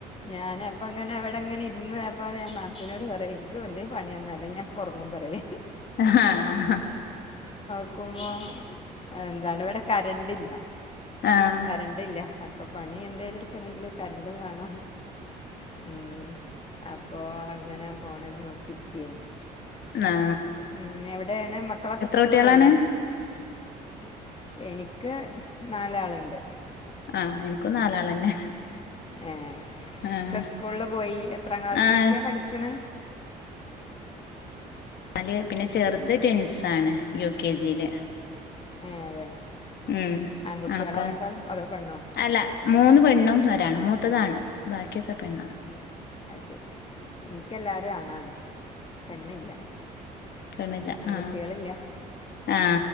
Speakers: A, on the left; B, on the left.
A: ഞാനപ്പങ്ങനവ ടെ ങ്ങനെ ഇരുന്നേയപ്പം ഞാൻ നാത്തൂനോട് പറയേ ഇക്ക് എന്തേം പണ് യന്നോ അല്ലേ ഞാൻ ഇപ്പൊറങ്ങും പറയേ
B: അഹാഹ
A: ക്കുമ്പൊ എന്താണ് ഇവിടെ കരണ്ടില്ല
B: ആഹ്
A: കരണ്ടില്ല പ്പം പണിയെന്തേല് എട്ക്കണങ്കില് കരണ്ടും വേണം ഉം അ പ്പോ അങ്ങനെ ഫോണില് നോ തിരിക്കേര്ന്ന്
B: ന്നാ
A: ഉം എവിടേണ് മക്കളൊക്കെ സ്കൂള്
B: കുട്ടികളാണ്
A: പോയില്ലേ എനിക്ക് നാലാള്ണ്ട്
B: ആ എനി ക്കും നാലാളന്നെ
A: ആഹ്
B: ആഹ്
A: ക്ക സ്കൂള്ല് പോയി എത്രാ ക്ലാസ്സിലൊക്കയാ
B: ആഹ്
A: പഠിക്ക്ണേ
B: അല്ലയെ പിന്നെ ചെറ്ത് ട്വിൻ സാണ് യു കെ ജില്
A: ഏ അതെ
B: ഉം
A: ആൺകുട്ടികളാ
B: അണക്കോ
A: രണ്ടാളും അതോ പെണ്ണോ
B: അല്ല മൂന്ന് പെണ്ണും ഒരാണും മൂത്തതാണ് ബാക്കിയൊക്കെ പെണ്ണാ
A: അയ്ശരി ഇൻക്കെല്ലാരും ആണാണ് പെണ്ണില്ല
B: പെണ്ണില്ല
A: പെൺകുട്ടികളില്ല
B: ആ ആ